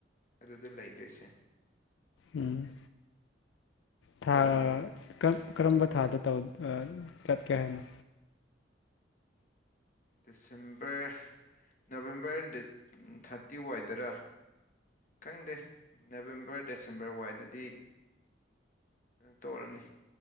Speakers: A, on the left; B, on the left.
A: ꯑꯗꯨꯗ ꯂꯩꯗꯣꯏꯁꯦ
B: ꯎꯝ ꯊꯥ
A: ꯇꯣꯜꯂꯅꯤ
B: ꯀꯔꯝ ꯀꯔꯝꯕ ꯊꯥꯗ ꯇꯧ ꯆꯠꯀꯦ ꯍꯥꯏꯅꯣ
A: ꯗꯤꯁꯦꯝꯕꯔ ꯅꯕꯦꯝꯕꯔ ꯗꯦꯠ ꯊꯥꯔꯇꯤ ꯋꯥꯏꯗꯔꯥ ꯈꯪꯗꯦ ꯅꯕꯦꯝꯕꯔ ꯗꯤꯁꯦꯝꯕꯔ ꯋꯥꯏꯗꯗꯤ ꯇꯣꯛꯔꯅꯤ